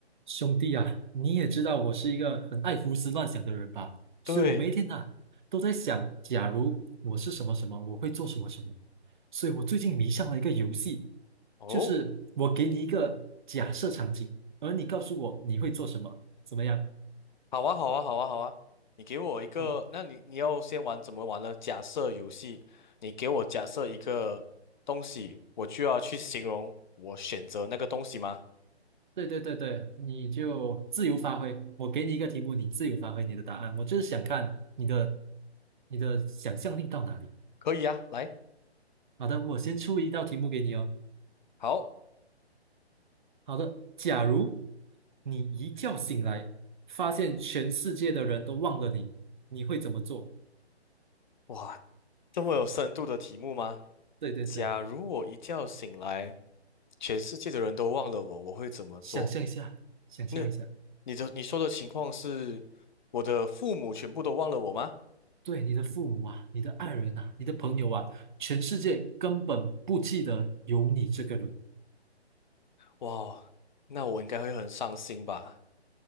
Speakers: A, on the right; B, on the left.
A: 兄弟啊，你也知道我是一个很爱胡思乱想的人吧，
B: 对，
A: 所以我每一天呐、都在想，假如我是什么什么，我会做什么什么。所以我最近迷上了一个游戏，
B: 哦，
A: 就是我给你一个假设场景，而你告诉我你会做什么，怎么样？
B: 好啊，好啊，好啊，好啊，你给我一个，
A: 哦，
B: 那你你要先玩怎么玩呢？假设游戏，你给我假设一个东西，我就要去形容我选择那个东西吗？
A: 对对对对，你就自由发挥。我给你一个题目，你自由发挥你的答案。我就是想看你的你的想象力到哪里。
B: 可以啊，来，
A: 好的，我先出一道题目给你哦。
B: 好，
A: 好的，假如你一觉醒来，发现全世界的人都忘了你，你会怎么做？
B: 哇，这么有深度的题目吗？
A: 对对对，
B: 假如我一觉醒来，全世界的人都忘了我，我会怎么做？
A: 想象一下，想象一下，
B: 那你的你说的情况是，我的父母全部都忘了我吗？
A: 对你的父母啊，你的爱人啊，你的朋友啊，全世界根本不记得有你这个人。
B: 哇，那我应该会很伤心吧。